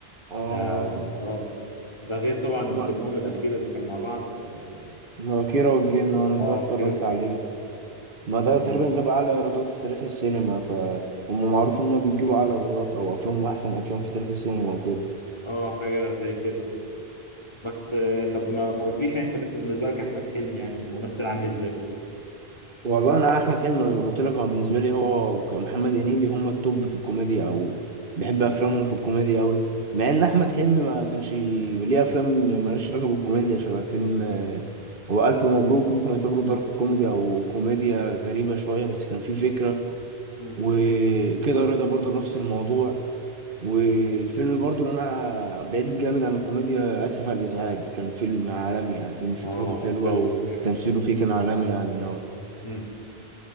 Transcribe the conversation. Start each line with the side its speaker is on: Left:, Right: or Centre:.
Right: آه
Left: ده اه ده غير طبعا
Right: ما-
Left: فيلمهم الاخير اللي كان مع بعض اه
Right: اللي هو كيرة والجن أنا
Left: آه،
Right: ده اتفرجت
Left: كيرة والجن
Right: عليه ما ده
Left: كان
Right: تقريبا جاب أعلى إيرادات في تاريخ السينما فهم معروف إن هما بيجيبوا أعلى إيرادات أو أفلامهم أحسن أفلام في تاريخ السينما وكده
Left: اه حاجة زي كده بس آه، طب ما ما قلتليش يعني انت انت بالنسبه لك احمد حلمي يعني ممثل عامل ازاي
Right: والله أنا أحمد حلمي زي ما قلت لك هو بالنسبة لي هو ومحمد هنيدي هما التوب في الكوميديا أو بحب أفلامهم في الكوميديا أوي مع إن أحمد حلمي ما كانش ليه أفلام مالهاش علاقة بالكوميديا شبه فيلم آه، هو ألف مبروك ممكن يعتبره دارك كوميدي أو كوميديا غريبة شوية بس كان فيه فكرة
Left: مم.
Right: وكده رضا برضه نفس الموضوع والفيلم برضو اللي انا بعيد جامد عن الكوميديا اسف على الازعاج كان فيلم عالمي يعني فيلم فكرته
Left: اه
Right: حلوه
Left: فيلم
Right: وتمثيله
Left: جامد
Right: فيه كان عالمي يعني اه
Left: مم.